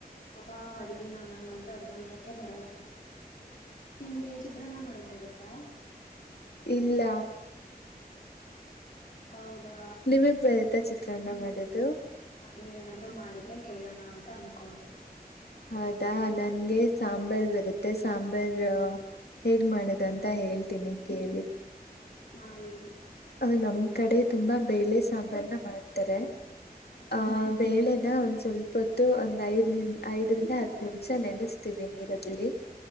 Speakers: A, on the left; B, on the left.
A: ಪಾಪಾ ಅಡ್ಗೆ ನಾನಂಗಂತೂ ಅಡ್ಗೆ ಮಾಡಕ ಬರಲ್ಲ ನಿಮಗೆ ಚಿತ್ರ ನ ಮಾಡಕ್ ಬರುತ್ತಾ.
B: ಇಲ್ಲ.
A: ಹೌದಾ
B: ನಿಮಗ್ ಬರತ್ತಾ ಚಿತ್ರಾನ್ನ ಮಾಡೋದು.
A: ನೀವೇನಾದರೂ ಮಾಡಿದರೆ ಕೇಳೋಣ ಅಂತ ಅಂದ್ಕೊಂಡೆ.
B: ಹೌದಾ ನನ್ಗೆ ಸಾಂಬಾರ್ ಬರುತ್ತೆ ಸಾಂಬಾರ್. ಬರ ಹೇಗ್ ಮಾಡದು ಅಂತ ಹೇಳ್ತೀನಿ ಕೇಳಿ.
A: ಹ ಹೇಳಿ.
B: ಹೌದಮ. ಕಡೆ ತುಂಬಾ ಬೇಳೆ ಸಾಂಬಾರ್ನ ಮಾಡ್ತಾರೆ.
A: ಹಾ
B: ಹ ಬೇಳೆ. ಒಂದ್ ಸ್ವಲ್ಪತ್ತು ಒಂದ್ ಐದ್ ನಿ ಐದರಿಂದ ಹತ್ತು ನಿಮಿಷ ನೆಲೆಸ್ತೀವಿ ನೀರಲ್ಲಿ.